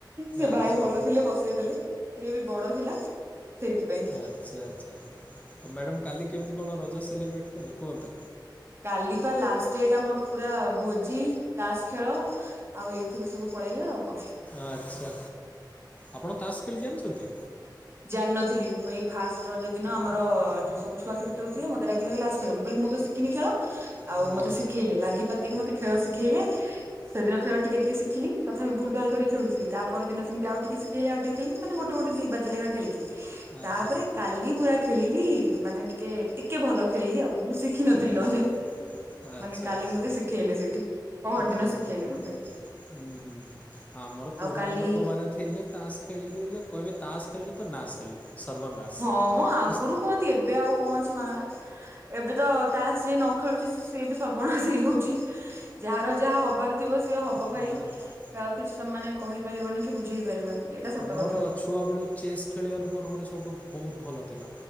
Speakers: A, on the right; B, on the left.
A: ସେ
B: ଆଚ୍ଛା
A: ଭାଇ ଭଲ ଥିଲେ ବସେଇ ଦେଲେ ଟିକେ ବି ବଡ ଥିଲା ସେଇଥିପାଇଁ।
B: ଆଚ୍ଛା ଆଚ୍ଛା। ଆଉ ମ୍ୟାଡ଼ାମ୍ କାଲି କେମିତି କଣ ରଜ ସେଲିବ୍ରେଟ୍ କଲେ କୁହନ୍ତୁ?
A: କାଲି ପା ଲାଷ୍ଟ ଡେ ଟା ମୋର ପୁରା ଭୋଜି ତାସ ଖେଳ ଆଉ ଏଇଥିରେ ସବୁ ପଳେଇଲା ଆଉ। କଣ
B: ଆଚ୍ଛା ଆପଣ ତାସ ଖେଲି ଜାଣିଛନ୍ତି?
A: ଜାିନଥିଲି ମୁଁ ଏଇ ଫାଷ୍ଟ ରଜ ଦିନ ଆମର ଯୋଉ ସବୁ ଛୁଆ ସେଠି ଖଳୁଥିଲେ ମତେ ଡାକିଲେ ଆସେ ଖେଲିବୁ ମୁଁ କହିଲି ମୁଁ ତ ଶିଖିନି ଖେଳ। ଆଉ
B: ହୁଁ
A: ମତେ
B: ହୁଁ
A: ଶିଖେଇଲେ ଲାଗି ପତିକି ମତେ ଖେଳ ଶିଖେଇଲେ ସେଦିନ ଖେ ଟିକେ ଟିକେ ଶିଖିଲି ତଥାପି ଭୁଲ ଭୁଲ କରି ଖେଳୁଥିଲ ତା ପରଦିନ ସେମି ଆଉ ଟିକେ ଶିଖେଇଲେ ଆଉ ଟେ ଖେ ମାନେ ଗୋଟେ ଗୋଟେ ଦି ବାଜିଲେଖା ଖେଳିକି।
B: ଆଚ୍ଛା
A: ତାପରେ କାଲି ପୁରା ଖେଳିଲି ମାନେ ଟିକେ ଟିକେ ଭଲ ଖେଳିଲି ଆଉ। ମୁଁ ଶିଖିନଥିଲି
B: ଆଛା
A: ନହେଲେ
B: ଆଚ୍ଛା
A: ମାନେ କାଲି
B: ଆଛା
A: ମତେ ଶିଖେଇଲେ ସେଇଠି ପହର ଦିନ
B: ଓହୋ
A: ଶିଖେଇଲେ
B: ହଁ ହୁଁ
A: ମତେ
B: ହୁଁ ଆମର ପୁରୁଣା
A: ଆଉ କାଲି
B: ଲୋକମାନେ ଥିଲେ ତାସ ଖେଳିକି କହିବେ ତାସ ଖେଳିଲୁ। ତ ନାଶ୍ ହେଲୁ। ସର୍ବନାଶ।
A: ହଁ ମୁଁ ଆଗରୁ କୁହନ୍ତି ଏବେ ଆଉ କଣ ଅଛି ମାଗଣା ଏବେ ତ ତାସ ଯିଏ ନ ଖେଳୁଛି ସିଏ ବି ସର୍ବନାଶ। ସେଇ ହଉଛି ଯାହାର ଯାହା ହବାର ଥିବ ସିଏ ହବ
B: ହଁ
A: ଭାଇ
B: ହଁ।
A: କାହାକୁ କିଛି ସମାନେ କହିପାରିବନି କି ବୁଝେଇ ପାରିବନି। ଏଇଟା ସତ
B: ମୋର
A: କଥା
B: ଛୁଆ ବେଳୁ ଚେସ୍ ଖେଳିବାରେ ମୋର ଗୋଟେ ସବୁଠୁ ବହୁତ ଭଲ ଥିଲା।